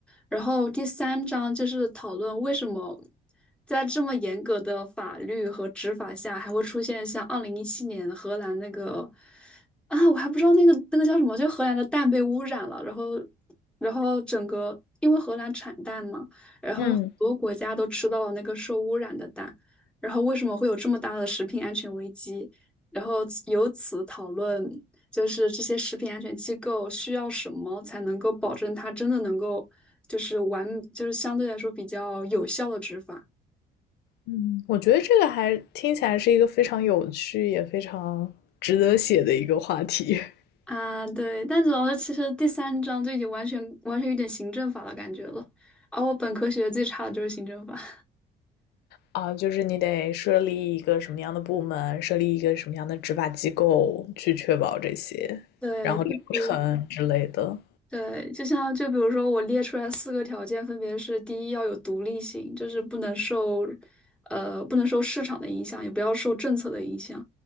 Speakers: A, in the centre; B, on the left (about 75°).
A: 然后第三章就是讨论为什么在这么严格的法律和执法下，还会出现像二零一七年荷兰那个啊，我还不知道那个那个叫什么，就荷兰的蛋被污染了，然后然后整个因为荷兰产蛋嘛，然后很多国家都吃到了那个受污染的蛋，
B: 嗯
A: 然后为什么会有这么大的食品安全危机？然后由此讨论，就是这些食品安全机构需要什么才能够保证它真的能够。就是完，就是相对来说比较有效的执法。
B: 嗯，我觉得这个还听起来是一个非常有趣，也非常值得写的一个话题 <laughs>
A: 啊，对，但主要是其实第三章就已经完全完全有点行政法的感觉了，而我本科学的最差的就是行政法。<laughs>
B: 啊，就是你得设立一个什么样的部门，设立一个什么样的执法机构去确保这些，
A: 对，
B: 然后流程之类的。
A: 就是对，就像就比如说，我列出来四个条件，分别是：第一，要有独立性，就是不能受，呃，不能受市场的影响，也不要受政策的影响；